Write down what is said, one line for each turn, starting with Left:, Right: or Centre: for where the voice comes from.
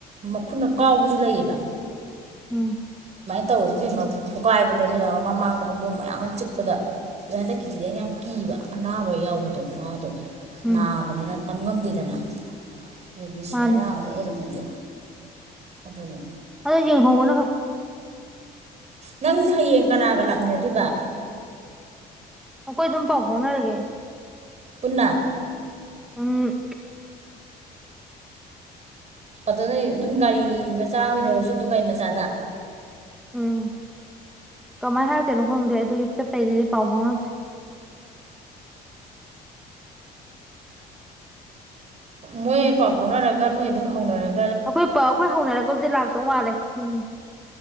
Right: ꯃꯈꯣꯡ ꯈꯨꯠꯅ ꯀꯥꯎꯕꯁꯨ ꯂꯩꯌꯦꯕꯥ
Centre: <inaudible>
Right: ꯑꯧ ꯏꯕꯦꯝꯃꯥ ꯈꯣꯒꯥꯏꯗꯅꯥ ꯏꯕꯦꯝꯃꯥ ꯃꯃꯥꯡꯗ ꯍꯧꯗꯣꯡ <inaudible> ꯃꯌꯥꯝ ꯑꯃꯥ ꯆꯤꯛꯄꯗ ꯍꯟꯗꯛ ꯀꯤꯁꯤꯗꯤ ꯑꯩꯅꯥ ꯌꯥꯝ ꯀꯤꯕꯥ ꯑꯅꯥꯕꯥ ꯌꯥꯎꯕꯥ <unintelligible>
Centre: ꯎꯝ
Right: ꯅꯕꯅꯤꯅꯥ ꯇꯝ ꯉꯝꯗꯦꯗꯅꯥ ꯔꯦꯕꯤꯁ
Centre: ꯃꯥꯅꯦ
Right: ꯑꯅꯥꯕꯥ ꯑꯃꯥ ꯑꯣꯏꯔꯝꯃꯗꯤ ꯑꯗꯨꯅꯤ
Centre: ꯑꯗꯣ ꯌꯦꯡꯍꯧꯕꯅꯥ ꯐꯩ
Right: ꯅꯪ ꯍꯌꯦꯡ ꯀꯅꯥꯒꯥ ꯂꯥꯛꯃꯤꯟ ꯅꯥꯗꯣꯏꯕ
Centre: ꯑꯩꯈꯣꯏ ꯑꯗꯨꯝ ꯄꯥꯎ ꯐꯥꯎꯅꯥꯔꯥꯒꯦ꯫
Right: ꯄꯨꯟ ꯅꯥ
Centre: ꯎꯝ
Right: ꯑꯗꯥ ꯅꯣꯏ ꯑꯗꯨꯝ ꯒꯥꯔꯤ ꯃꯆꯥ ꯑꯣꯏꯅꯔꯁꯨ ꯑꯗꯨꯝ ꯃꯆꯥꯗ
Centre: ꯎꯝ ꯀꯃꯥꯏ ꯍꯥꯏꯔꯛꯇꯣꯏꯅꯣ ꯈꯪꯗꯦ ꯑꯗꯨ ꯆꯠꯄꯩꯗꯨꯗꯤ ꯄꯥꯎ ꯐꯥꯎꯅꯥꯗꯔ꯭ꯤ
Right: ꯃꯣꯏ ꯄꯥꯎ ꯐꯥꯎꯅꯥꯔꯒ ꯅꯣꯏ ꯑꯗꯨꯝ ꯍꯧꯅꯔꯒꯥ
Centre: ꯑꯩꯈꯣꯏ ꯍꯧꯅꯔꯒꯗꯤ ꯂꯛꯇꯧ ꯃꯥꯜꯂꯦ ꯎꯝ